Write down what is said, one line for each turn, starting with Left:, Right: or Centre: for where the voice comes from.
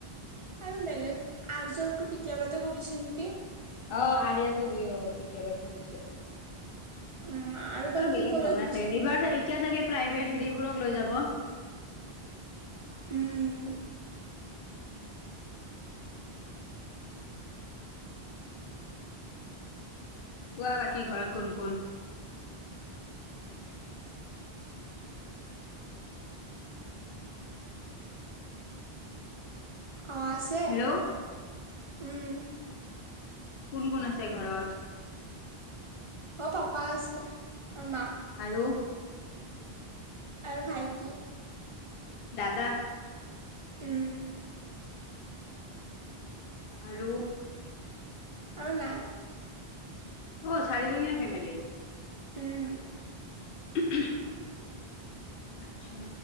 Right: আৰু বেলেগ আজৰটো কেতিয়াবাতে কৰিছে নেকি
Left: অ আৰিয়াতো <unintelligible> কেতিয়াবা কি কৈছে
Right: উম বা
Left: আৰু
Right: কি
Left: বেলেগ
Right: কলেজ
Left: যৱা নাই
Right: গৈছে
Left: চাগে, এইবাৰা হে এতিয়া চাগে প্ৰাইভেট হেৰিবোৰক লৈ যাব।
Right: উম।
Left: কোৱা বাকী ঘৰত কোন কোন?
Right: অঁ আছে।
Left: হেল্ল
Right: উম
Left: কোন কোন আছে ঘৰত?
Right: মোৰ পাপা আছে আৰু মা।
Left: আৰু
Right: আৰু ভাইটি।
Left: দাদা
Right: উম
Left: আৰু
Right: আৰু নাই।
Left: অ চাৰিজনীয়া ফেমিলি।
Right: উম
Left: <unintelligible> আচ্ছা